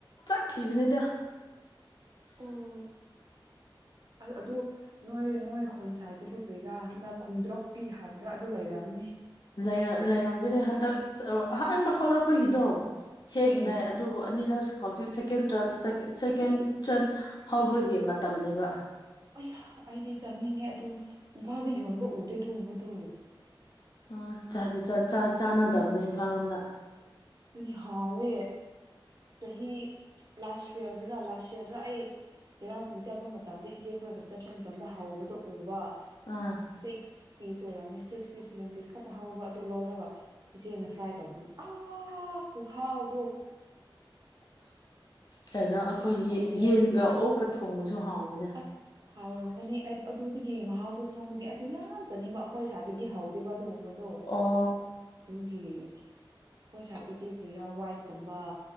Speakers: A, on the left (about 50°); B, on the right (about 45°).
A: ꯆꯠꯈꯤꯕꯅꯤꯗ
B: ꯑꯣ
A: <inaudible>
B: ꯑꯁ ꯑꯗꯨ ꯅꯣꯏ ꯅꯣꯏ ꯈꯨꯟ ꯁꯥꯏꯗꯇꯗꯤ ꯀꯔꯤꯔꯥ ꯍꯟꯗꯛ ꯈꯨꯝꯗ꯭ꯣꯔꯛꯄꯤ ꯍꯥꯏꯕꯗꯨꯔꯥ ꯑꯗꯨ ꯂꯩꯔꯝꯒꯅꯤ
A: ꯂꯩꯔꯝ ꯂꯩꯔꯝꯒꯅꯤ ꯍꯟꯗꯛ ꯁꯕ ꯑꯍꯥꯟꯕ ꯍꯧꯔꯛꯄꯒꯤꯗꯣ ꯍꯦꯛꯅꯩ
B: ꯎꯝ
A: ꯑꯗꯨꯕꯨ ꯑꯅꯤꯔꯛꯁꯨ ꯍꯧꯖꯤꯛ ꯁꯦꯀꯦꯟ ꯇ꯭ꯔꯟ ꯁꯦꯀꯦꯟ ꯁꯦꯀꯦꯟ ꯇ꯭ꯔꯟ ꯍꯧꯕꯒꯤ ꯃꯇꯝꯅꯤꯅꯦꯕ
B: ꯑꯂꯥ ꯑꯩꯗꯤ ꯆꯅꯤꯡꯉꯦ ꯑꯗꯨ ꯏꯝꯐꯥꯜꯗ ꯌꯣꯟꯕ ꯎꯗꯦꯗꯨ ꯃꯗꯨ
A: ꯑ ꯆꯥꯗꯤ ꯆ ꯆꯥ ꯆꯥꯟꯅꯗꯕꯅꯦ ꯏꯝꯐꯥꯜ ꯔꯣꯝꯗ
B: ꯑꯗꯨꯅꯦ ꯍꯥꯎꯋꯦ ꯆꯍꯤ ꯂꯥꯁꯠ ꯌꯦꯔꯗꯔ ꯂꯥꯁꯠ ꯌꯦꯔꯗ ꯑꯩ ꯆꯩꯔꯥꯛ ꯆꯤꯡ ꯆꯠꯄ ꯃꯇꯝꯗ ꯏꯆꯦꯈꯣꯏꯒ ꯆꯠꯄ ꯃꯇꯝꯗ ꯍꯧꯕꯗꯣ ꯎꯕ
A: ꯑꯥ
B: ꯁꯤꯛꯁ ꯄꯤꯁ ꯑꯣꯏꯔꯝꯅꯤ ꯁꯤꯛꯁ ꯄꯤꯁ ꯁꯦꯚꯦꯟ ꯄꯤꯁ ꯈꯛꯇ ꯍꯧꯕ ꯑꯗꯨ ꯂꯧꯔꯒ ꯏꯆꯦꯅ ꯐ꯭ꯔꯥꯏ ꯇꯧ ꯎꯝ ꯑꯥ ꯈꯨꯍꯥꯎꯗꯨ
A: ꯀꯩꯅꯣ ꯑꯩꯈꯣꯏ
B: ꯌꯥꯝ ꯍꯥꯎꯋꯦ
A: ꯌꯦꯟ ꯌꯦꯟꯒ ꯑꯣꯛꯀ ꯊꯣꯡꯕꯁꯨ ꯍꯥꯎꯕꯅꯦ
B: ꯑꯁ ꯍꯥꯎꯔꯝꯒꯅꯤ ꯑꯩ ꯑꯗꯨꯗꯒꯤ ꯃꯍꯥꯎꯗꯨ ꯈꯪꯕꯗꯤ ꯑꯩꯗꯣ ꯌꯥꯝꯆꯅꯤꯡꯕ ꯑꯩꯈꯣꯏ ꯁ꯭ꯥꯏꯗꯗꯤ ꯍꯧꯗꯦꯕ ꯑꯗꯨꯒꯨꯝꯕ ꯃꯗꯨꯣ
A: ꯑꯣ
B: ꯑꯗꯨꯒꯤ ꯈꯣꯏ ꯁꯥꯏꯗ ꯗꯗꯤ ꯀ꯭ꯔꯤꯔꯥ ꯋꯥꯏꯠ ꯀꯨꯝꯕ